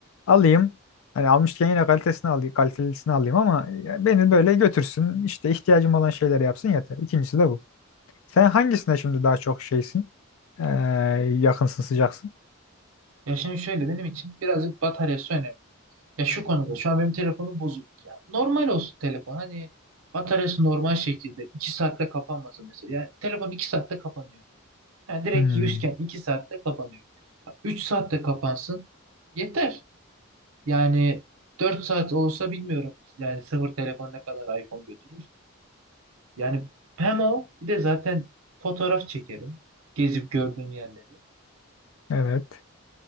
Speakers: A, on the left (about 70°); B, on the right (about 75°).
A: Alayım hani almışken yine kalitesini alayım kalitelisini alayım ama ya beni böyle götürsün işte ihtiyacım olan şeyleri yapsın yeter. İkincisi de bu. Sen hangisine şimdi daha çok şeysin? Ee, yakınsın sıcaksın.
B: Ya şimdi şöyle benim için birazcık bataryası önemli. Ya şu konuda şu an benim telefonum bozuk. Ya normal olsun telefon. Hani bataryası normal şekilde iki saatte kapanmasın mesela. Yani telefon 2 saatte kapanıyor. Yani direkt
A: Hmm,
B: yüzken 2 saatte kapanıyor. 3 saatte kapansın. Yeter. Yani 4 saat olsa bilmiyorum. Yani sıfır telefon ne kadar iPhone götürür. Yani hem o bir de zaten fotoğraf çekerim. Gezip gördüğüm yerleri.
A: evet.